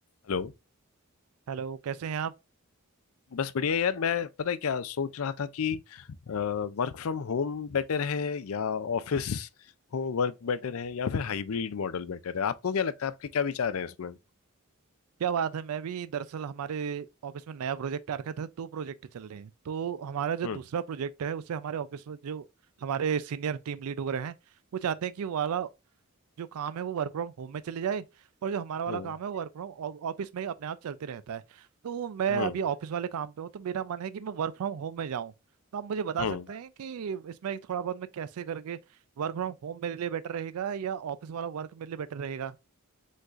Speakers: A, on the left; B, on the right.
A: Hello
B: Hello कैसे हैं आप
A: बस बढ़िया यार मैं पता है क्या सोच रहा था कि वर्क फ्रॉम होम बेटर है या ऑफिस हो वर्क बेटर है या फिर हाइब्रिड मॉडल बेटर है आपको क्या लगता है आपके क्या विचार हैं इसमें
B: क्या बात है मैं भी दरअसल हमारे ऑफिस में नया प्रोजेक्ट आ रखा था दो प्रोजेक्ट चल रहे हैं तो हमारा जो
A: हम्म
B: दूसरा प्रोजेक्ट है उसे हमारे ऑफिस में जो हमारे सीनियर टीम लीड वगैरह हैं वो चाहते हैं कि वो वाला जो काम है वो वर्क फ्रॉम होम में चले जाए और जो हमारा वाला
A: हम्म
B: काम है वो वर्क फ्रॉम ऑफिस में ही अपने आप चलते रहता है तो मैं
A: हम्म
B: अभी ऑफिस वाले काम पे हूँ तो मेरा मन है कि मैं वर्क फ्रॉम होम में जाऊँ तो आप मुझे बता
A: हम्म
B: सकते हैं कि इसमें थोड़ा बहुत मैं कैसे करके वर्क फ्रॉम होम मेरे लिए बेटर रहेगा या ऑफिस वाला वर्क मेरे लिए बेटर रहेगा